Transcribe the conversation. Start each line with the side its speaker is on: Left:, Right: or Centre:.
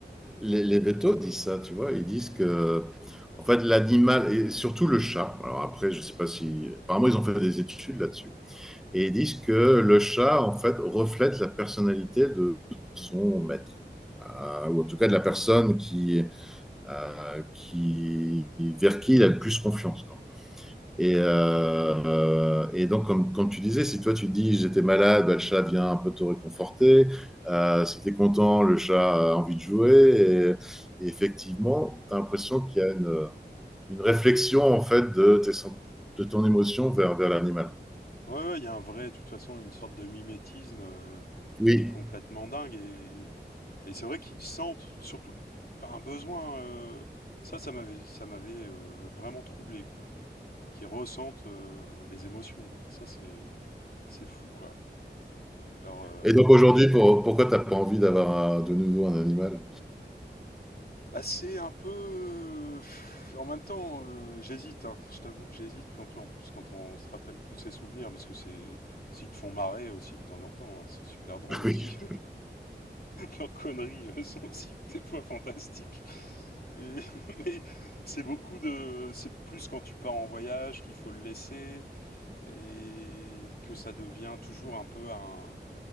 Centre: les, les vétos disent ça, tu vois. Ils disent que, en fait, l'animal, et surtout le chat, alors après, je sais pas si. Apparemment, ils ont fait des études là-dessus. Et ils disent que le chat, en fait, reflète la personnalité de son maître. Euh, ou en tout cas de la personne qui, euh, qui, vers qui il a le plus confiance. Et, euh, et donc, comme, comme tu disais, si toi tu dis j'étais malade, bah, le chat vient un peu te réconforter. Euh, si tu es content, le chat a envie de jouer. Et, et effectivement, tu as l'impression qu'il y a une, une réflexion en fait de, tes de ton émotion vers, vers l'animal.
Left: Ouais, ouais, il y a un vrai, de toute façon, une sorte de mimétisme euh,
Centre: Oui.
Left: qui est complètement dingue. Et... Mais c'est vrai qu'ils sentent surtout un besoin. euh, Ça, ça m'avait, ça m'avait euh, vraiment troublé, quoi. Qu'ils ressentent euh, les émotions, quoi. Ça, c'est, c'est fou, quoi. Leur, euh,
Centre: Et donc aujourd'hui, pour- pourquoi tu n'as pas envie d'avoir un- de nouveau un animal
Left: bah, c'est un peu. euh, pff, En même temps, euh, j'hésite. hein. Je t'avoue que j'hésite quand, en plus, quand on se rappelle tous ces souvenirs, parce que c'est, s'ils te font marrer aussi de temps en temps, hein, c'est super drôle
Centre: <laughs>
Left: aussi.
Centre: Oui,
Left: leurs conneries euh, sont aussi <laughs> des fois fantastiques. Et- <laughs> mais c'est beaucoup de, c'est plus quand tu pars en voyage qu'il faut le laisser et que ça devient toujours un peu un,